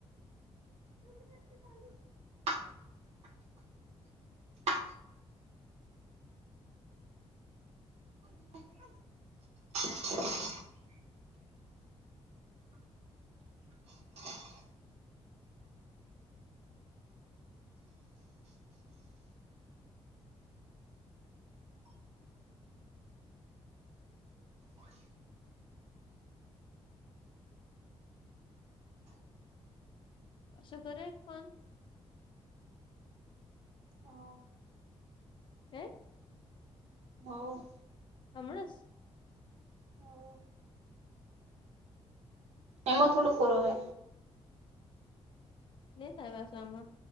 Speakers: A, on the right; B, on the left.
A: <inaudible> <inaudible> <inaudible>
B: પાસુ કરે ફોન?
A: હા.
B: હે.
A: હોવ.
B: અમણાં
A: હોઓ. એમાં થોડુંક હોવે.
B: ની થાય અસલમાં.